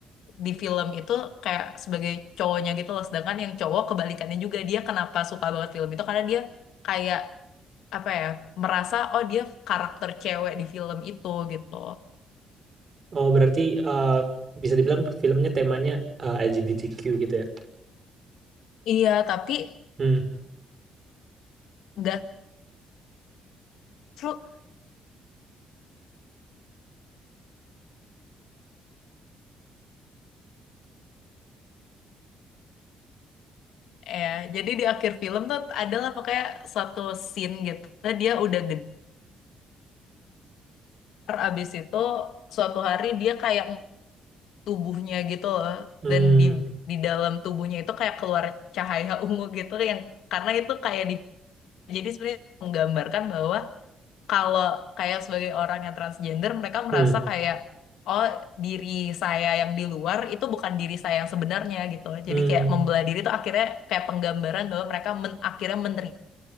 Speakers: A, on the left; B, on the right.
A: di film itu kayak sebagai cowoknya gitu loh. Sedangkan yang cowok kebalikannya juga dia kenapa suka banget film itu karena dia kayak apa ya merasa oh dia karakter cewek di film itu gitu.
B: Oh berarti, eee, bisa dibilang filmnya temanya, eee, LGBTQ gitu ya?
A: Iya, tapi
B: hmm
A: enggak seru ya jadi di akhir film tuh adalah pokoknya suatu scene gitu dia udah gedar abis itu suatu hari dia kayak tubuhnya gitu loh
B: hmm
A: dan di di dalam tubuhnya itu kayak keluar cahaya <laughs> ungu gitu yang karena itu kayak di jadi sebenarnya menggambarkan bahwa kalau kayak sebagai orang yang transgender mereka merasa
B: hmm
A: kayak oh diri saya yang di luar itu bukan diri saya yang sebenarnya gitu
B: mmm,
A: jadi kayak membelah diri itu akhirnya kayak penggambaran bahwa mereka men- akhirnya menerima